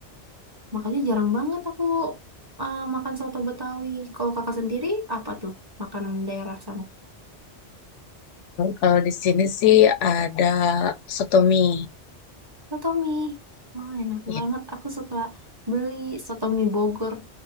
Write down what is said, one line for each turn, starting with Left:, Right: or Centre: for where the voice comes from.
Right: makanya jarang banget aku eh, makan soto Betawi kalau kakak sendiri apa tuh makanan daerah sana
Left: Kalau di sini sih ada soto mie.
Right: soto mie wah enak
Left: Iya,
Right: banget aku suka beli soto mie Bogor